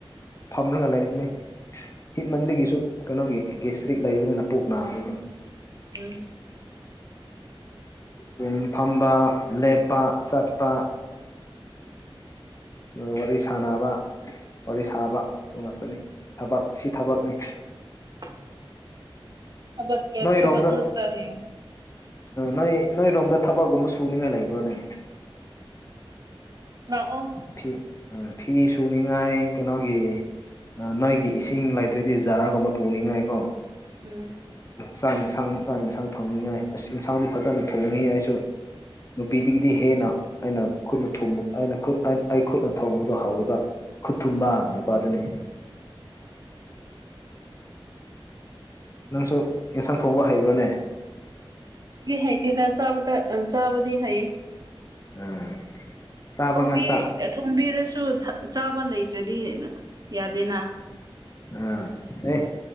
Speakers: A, on the left (about 30°); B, on the right (about 45°).
A: ꯐꯝꯂꯉ ꯂꯩ ꯑꯩꯕ ꯍꯤꯠꯃꯟꯗꯒꯤꯁꯨ ꯀꯩꯅꯣꯒꯤ ꯒꯦꯁꯇ꯭ꯔꯤꯛ ꯂꯩꯕꯅꯤꯅ ꯄꯨꯣꯛ ꯅꯥꯕꯒꯤ
B: ꯎꯝ
A: ꯎꯨꯡ ꯐꯝꯕ ꯂꯦꯞꯄ ꯆꯠꯄ ꯅꯣꯏ ꯋꯥꯔꯤ ꯁꯅꯕ ꯋꯥꯔꯤ ꯁꯥꯕ ꯑꯗꯨ ꯉꯥꯛꯇꯅꯤ ꯊꯕꯛ ꯁꯤ ꯊꯕꯛꯅꯤ
B: <unintelligible> ꯍꯕꯛ ꯀ
A: ꯅꯣꯏꯔꯣꯝꯗ
B: ꯍꯕꯛ ꯅꯠꯇ ꯍꯌ
A: ꯅꯣꯏ ꯅꯣꯏꯔꯣꯝꯗ ꯊꯕꯛꯀꯨꯝꯕ ꯁꯨꯅꯤꯉꯥꯏ ꯂꯩꯕ꯭ꯔꯣꯅꯦ
B: ꯂꯑꯣ
A: ꯐꯤ ꯐꯤ ꯁꯨꯅꯤꯡꯉꯥꯏ ꯀꯩꯅꯣꯒꯤ ꯅꯣꯏꯒꯤ ꯏꯁꯤꯡ ꯂꯩꯇ꯭ꯔꯗꯤ ꯖꯥꯔꯒꯨꯝꯕ ꯄꯨꯅꯤꯡꯉꯥꯏ ꯀꯣ
B: ꯎꯝ
A: ꯆꯥꯛ ꯌꯦꯟꯁꯥꯡ ꯆꯥꯛ ꯌꯦꯟꯁꯥꯡ ꯊꯣꯡꯅꯤꯡꯉꯥꯏ ꯑꯁ ꯌꯦꯟꯁꯥꯡꯗꯤ ꯐꯖꯅ ꯊꯣꯡꯉꯤ ꯑꯩꯁꯨ ꯅꯨꯄꯤꯗꯒꯤ ꯗꯤ ꯍꯦꯟꯅ ꯑꯩꯅ ꯈꯨꯠꯅ ꯊꯨꯝꯕ ꯑꯩꯅ ꯑꯩ ꯈꯨꯠꯅ ꯊꯣꯡꯕꯗꯨ ꯍꯧꯥꯎꯔꯤꯕ ꯈꯨꯠꯊꯨꯝꯕꯥ ꯅꯨꯄꯥꯗꯨꯅꯤ
B: <unintelligible>
A: ꯅꯪꯁꯨ ꯑꯦꯟꯁꯥꯡ ꯊꯧꯕ ꯍꯩꯕ꯭ꯔꯥꯅꯦ
B: ꯗꯤ ꯍꯥꯏꯇꯦꯔ ꯆꯥꯕꯗ ꯑ ꯆꯥꯕꯗꯤ ꯍꯥꯏꯌꯦ
A: ꯑꯥ ꯆꯥꯕ
B: ꯊꯣꯝꯕꯤ
A: ꯉꯥꯛꯇ
B: ꯊꯣꯝꯕꯤꯔꯁꯨ ꯆꯥꯕ ꯂꯩ ꯑꯗꯨꯗꯤ ꯌꯥꯗꯦꯅ
A: ꯑꯥ ꯑꯦ